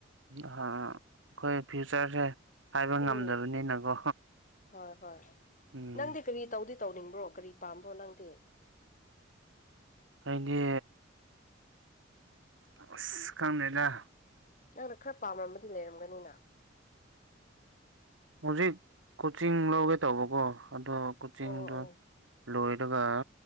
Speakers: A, on the right; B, on the left.
A: ꯑꯥ ꯑꯩꯈꯣꯏ ꯐ꯭ꯌꯨꯆꯔꯁꯦ ꯍꯥꯏꯕꯥ ꯉꯝꯗꯕꯅꯤꯅꯀꯣ
B: ꯎꯝ ꯍꯣꯏ ꯍꯣꯏ
A: ꯎꯝ
B: ꯅꯪꯗꯤ ꯀꯔꯤ ꯇꯧꯗꯤ ꯇꯧꯅꯤꯡꯕ꯭ꯔꯣ ꯀꯔꯤ ꯄꯥꯝꯕꯣ ꯅꯪꯗꯦ
A: ꯑꯩꯗꯤ ꯑ ꯈꯪꯅꯗ
B: ꯅꯪꯅ ꯈꯔ ꯄꯥꯝꯃꯃꯗꯤ ꯂꯩꯔꯝꯒꯅꯤꯅ
A: ꯍꯧꯖꯤꯛ ꯀꯣꯆꯤꯡ ꯂꯧꯒꯦ ꯇꯧꯕꯀꯣ ꯑꯗꯣ ꯀꯣꯆꯤꯡꯗꯣ
B: ꯑꯣ ꯑꯣ
A: ꯂꯣꯏꯔꯒ